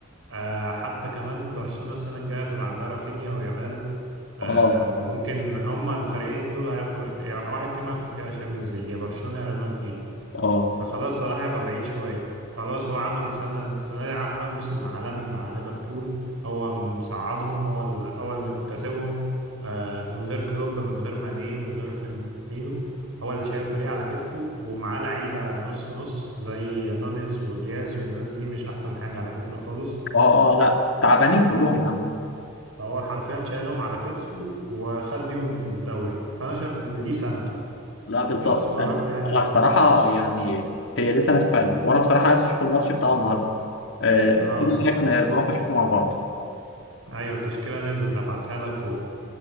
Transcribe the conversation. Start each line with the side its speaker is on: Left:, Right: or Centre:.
Right: آه حتى كمان برشلونة السنة الجاية تبقى عندها رافينيا ويامال آه
Left: اه
Right: وممكن هما الفريقين دول هياخدوا يا واحد فيهم هياخد فيها شامبيونز ليج يا برشلونة يا ريال مدريد
Left: اه
Right: فخلاص صلاح هيبقى بعيد شوية خلاص هو عمل سنة السنة دي عمل موسم عالمي مع ليفربول هو مساعدهم هو ال- هو اللي مكسبهم آه، من غير كلوب من غير ماني من غير فيرمينو هو اللي شايل الفريق على كتفه ومعاه لعيبة نص نص زي نونيز ودياز والناس دي مش أحسن حاجة على فكرة خالص
Left: اه اه لا تعبانين كلهم يا عم
Right: فهو حرفيا شايلهم على كتفه وخد بيهم الدوري فأنا شايف إن دي سنته
Left: لا بالظبط
Right: بس ويا
Left: انا
Right: رب يعني
Left: انا
Right: نشوف
Left: بصراحه يعني هي دي سنه فعلا وانا بصراحه عايز اشوف الماتش بتاع النهارده آه،
Right: اه
Left: ايه
Right: يعني
Left: رايك ن- نروح نشوفه مع بعض
Right: ايوه التشكيلة نزلت ابعتها لك